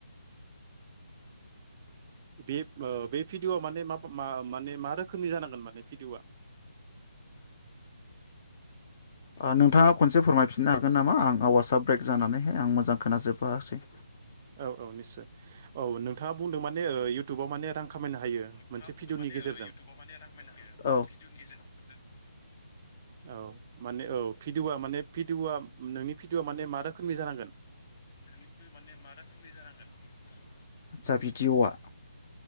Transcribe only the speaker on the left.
ओह नोंथाङा खनसे फोरमायफिननो हागोननामा आं आवासआ ब्रेक जानानैहाय आं मोजां खोनाजोबबासै।
नोंथाङा
बुंनोमाने
ओह इउटुबाव माने रांखामायनो हायो औ भिअनि गेजेरजों।
<unintelligible> माने मारोखोमनि जानांगोन। आचचा भिडिअवा।